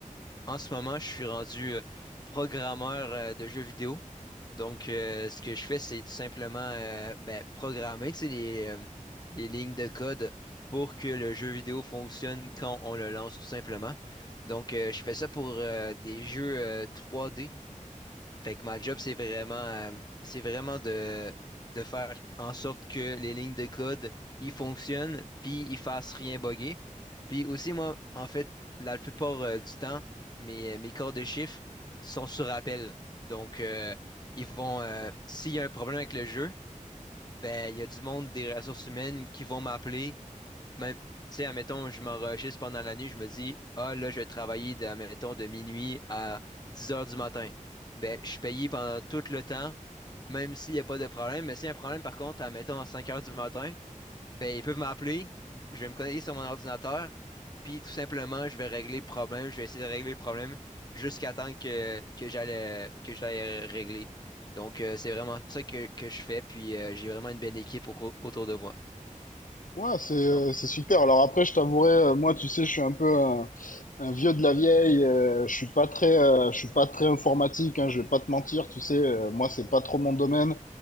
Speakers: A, on the left; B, on the left.
A: en ce moment, je suis rendu euh, programmeur euh, de jeux vidéo. Donc, euh, ce que je fais, c'est tout simplement euh, ben, programmer, tu sais, les, euh, les lignes de code pour que le jeu vidéo fonctionne quand on le lance, tout simplement. Donc, euh, je fais ça pour euh, des jeux euh, 3D. Fait que ma job, c'est vraiment, euh, c'est vraiment de, de faire en sorte que les lignes de code, ils fonctionnent, puis ils fassent rien bugger. Puis aussi, moi, en fait, la plupart euh, du temps, mes, euh, mes corps de chiffres sont sur appel. Donc, euh, ils vont, euh, s'il y a un problème avec le jeu, ben, il y a du monde des ressources humaines qui vont m'appeler même, tu sais, admettons, je m'enregistre pendant la nuit, je me dis, ah, là, je vais travailler, de, admettons, de minuit à 10 heures du matin. Ben, je suis payé pendant tout le temps, même s'il n'y a pas de problème. Mais s'il y a un problème, par contre, admettons, à 5 heures du matin, ben, ils peuvent m'appeler, je vais me connecter sur mon ordinateur, puis tout simplement, je vais régler le problème, je vais essayer de régler le problème jusqu'à temps que, que j'allais, que j'aille régler. Donc, euh, c'est vraiment ça que, que je fais, puis euh, j'ai vraiment une belle équipe au- autour de moi.
B: Ouais, c'est euh,
A: donc
B: c'est super. Alors après, je t'avouerai, euh, moi, tu sais, je suis un peu un, un vieux de la vieille. euh, je suis pas très, euh, je suis pas très informatique. Hein, je vais pas te mentir, tu sais, euh, moi, c'est pas trop mon domaine.